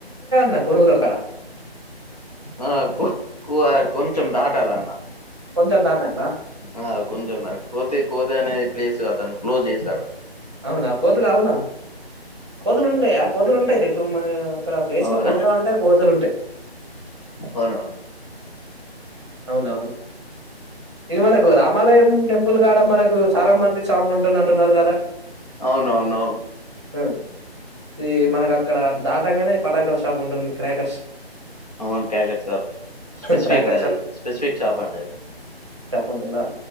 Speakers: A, on the right (about 25°); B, on the left (about 40°).
A: నా కొడుకోల కడ
B: ఆ కు కువ కొంచం దాటాలన్న
A: కొంచెం దాటట్లా?
B: ఆ కొంచెం దాట కోతి కోద అనేది ప్లేస్ అదు క్లోజ్ చేశారు
A: అవునా కోతులు అవున కోతులుంటాయి ఆ కోతులు ఉంటాయి రేపుడు అక్కడ ప్లేస్లో
B: అవునా
A: పునుగా అంటే కోతులు ఉంటాయి
B: అవునా
A: అవునవును ఇది వరకు రామాలయం టెంపుల్ కాడ మనకు చాలా మంది స్వాములు ఉంటున్నట్టున్నారు కదా
B: అవునవునువు
A: హ ఈ మనకు అక్కడ దాటంగానే పటాక షాప్ ఉంటుంది క్రాకర్స్
B: అవున్ క్రాకర్స్ స్పెసిఫిక్
A: క్రాకర్
B: అది
A: షాప్
B: స్పెసిఫిక్ చాప అండ ది
A: ఉంటున్నా